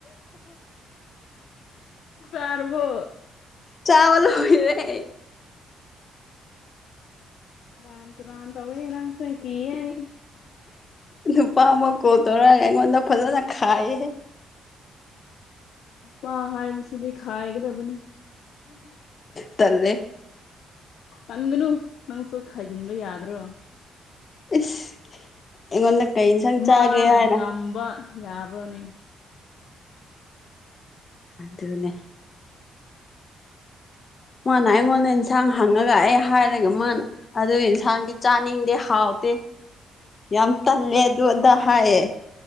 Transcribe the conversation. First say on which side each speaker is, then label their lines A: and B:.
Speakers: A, on the left; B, on the left.
A: ꯆꯥꯔꯕꯣ
B: ꯆꯥꯕ ꯂꯣꯏꯔꯦ
A: ꯁꯦꯔꯥꯟ ꯇꯨꯔꯥꯟ ꯇꯧꯋꯦ ꯅꯪꯁ ꯀꯤꯍꯩ
B: ꯅꯨꯄꯥ ꯑꯃ ꯀꯣꯜ ꯇꯧꯔꯒ ꯑꯩꯉꯣꯟꯗ ꯐꯖꯅ ꯈꯥꯏꯌꯦ
A: ꯄꯥ ꯍꯥꯏꯕꯁꯤꯗꯤ ꯈꯥꯏꯒꯗꯕꯅꯦ
B: ꯇꯂꯦ
A: ꯇꯟꯒꯅꯨ ꯅꯪꯁꯨ ꯈꯥꯏꯖꯤꯟꯕ ꯌꯥꯗ꯭ꯔꯣ
B: ꯏꯁ ꯑꯩꯉꯣꯟꯗ ꯀꯩ ꯏꯟꯁꯥꯡ ꯆꯥꯒꯦ
A: ꯃꯥꯅ
B: ꯍꯥꯏꯅ
A: ꯉꯝꯕ ꯌꯥꯕ꯭ꯔꯣꯅꯦ
B: ꯑꯗꯨꯅꯦ ꯃꯥꯅ ꯑꯩꯉꯣꯟꯗ ꯏꯟꯁꯥꯡ ꯍꯪꯉꯒ ꯑꯦ ꯍꯥꯏꯔꯒ ꯃꯥꯅ ꯑꯗꯨ ꯏꯟꯁꯥꯡꯗꯤ ꯆꯥꯅꯤꯡꯗꯤ ꯍꯥꯎ ꯇꯦ ꯌꯥꯝ ꯇꯜꯂꯦ ꯑꯗꯨ ꯑꯗ ꯍꯥꯏꯌꯦꯦ